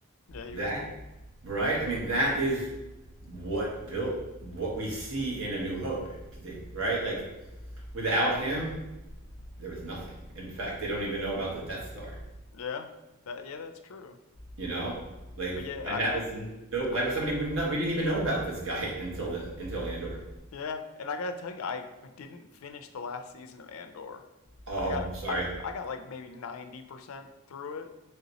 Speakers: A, on the left; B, on the right.
A: Yeah, he
B: that
A: was cool.
B: right? I mean, that is what built what we see in A New Hope. If you think right, like without him, there was nothing. In fact, they don't even know about the Death Star.
A: Yeah. That yeah, that's true.
B: You know, like
A: But yeah,
B: and
A: I
B: that
A: um
B: was no, like
A: I-
B: was somebody we, no, we didn't even know about this guy <laughs> until the until Andor.
A: yeah, and I gotta tell you, I didn't finish the last season of Andor.
B: Um,
A: I got
B: sorry,
A: I'm I got like maybe 90% through it.